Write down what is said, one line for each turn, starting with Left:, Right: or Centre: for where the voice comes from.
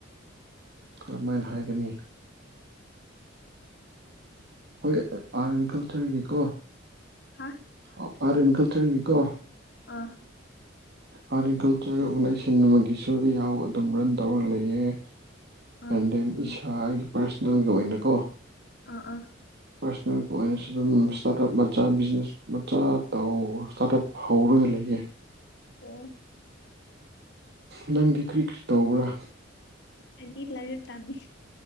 Right: ꯀꯔꯝꯍꯥꯏꯅ ꯍꯥꯏꯒꯅꯤ ꯍꯣꯏ ꯑꯥꯔꯠ ꯑꯦꯟ ꯀꯜꯆꯔꯒꯤꯀꯣ
Left: ꯍꯥ
Right: ꯔꯦ ꯀꯜ ꯆꯔꯉꯤꯀꯣ
Left: ꯑꯥ
Right: ꯑꯥꯔꯠ ꯑꯦꯟ ꯀꯜꯆꯔ ꯑꯣꯔꯒꯅꯥꯏꯖꯦꯁꯟ ꯑꯃꯒꯤꯁꯨ ꯌꯥꯎ ꯑꯗꯨꯝ ꯔꯟ ꯇꯧꯔꯒ ꯂꯩꯌꯦ
Left: ꯑꯥ
Right: ꯑꯦꯟ ꯗꯦꯟ ꯏꯁꯥ ꯑꯩꯒꯤ ꯄꯥꯔꯁꯅꯦꯜꯒꯤ ꯑꯣꯏꯅꯀꯣ
Left: ꯑꯥ ꯑꯥ
Right: ꯄꯔꯁꯅꯦꯜꯒꯤ ꯑꯣꯏꯅꯁꯨ ꯑꯗꯨꯝ ꯏꯁꯇꯥꯔꯠ ꯑꯞ ꯃꯆꯥ ꯕꯤꯖꯤꯅꯦꯁ ꯃꯆꯥ ꯇꯧ ꯏꯁꯇꯥꯔꯠ ꯑꯞ ꯍꯩꯔꯒ ꯂꯩꯌꯦ
Left: ꯑꯣ
Right: ꯅꯪꯗꯤ ꯀꯔꯤ ꯀꯔꯤ ꯇꯧꯕ꯭ꯔꯥ
Left: ꯑꯩꯗꯤ ꯂꯥꯏꯔꯤꯛ ꯇꯝꯃꯤ